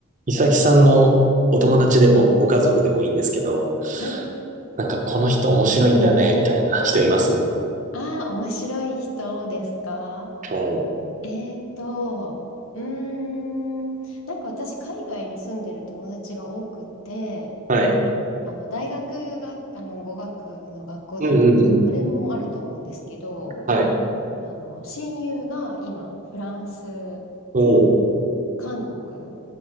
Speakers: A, on the right; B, on the left.
A: いさきさんのお友達でもご家族でもいいんですけど、
B: はい。
A: なんかこの人面白いんだよね、みたいな人います
B: ああ、面白い人ですか
A: はい。
B: えーと、うーん、なんか私、海外に住んでる友達が多くて、
A: はい。
B: あの、大学が、あの、語学の学校だと、
A: うんうんうん。
B: それもあると思うんですけど、
A: はい。
B: あの、親友が今、フランス
A: おお、
B: を、韓国